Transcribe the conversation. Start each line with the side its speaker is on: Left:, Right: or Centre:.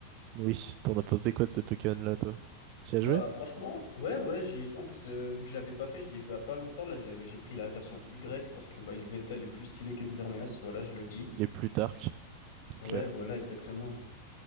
Right: Oui, t'en as pensé quoi de ce Pokémon-là, toi? T'y as joué?
Left: Bah franchement, ouais ouais, j'y ai joué en plus euh, vu que je l'avais pas fait, j'y ai joué à pas longtemps. Là, je l'avais, j'ai pris la version Y parce que bah Yveltal est plus stylé que Xerneas,
Right: Mhm.
Left: voilà, je le dis.
Right: Il est plus dark, c'est
Left: Ouais,
Right: clair.
Left: voilà, exactement.